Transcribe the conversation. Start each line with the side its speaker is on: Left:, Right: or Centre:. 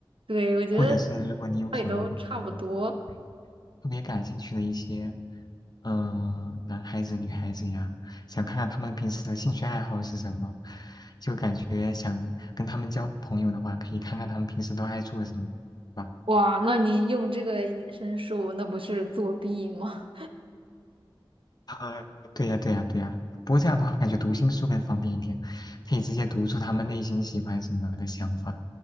Right: 对，我觉得
Left: 或者是如果你有什么嗯
Right: 也都差不多。
Left: 对特别感兴趣的一些，呃，男孩子、女孩子呀，想看看他们平时的兴趣爱好是什么，就感觉想跟他们交朋友的话，可以看看他们平时都爱做什么。吧。
Right: 哇，那你用这个隐身术，那不是作弊吗？
Left: 啊，对呀，对呀，对呀。不过这样的话，感觉读心术更方便一点，可以直接读出他们内心喜欢什么的想法。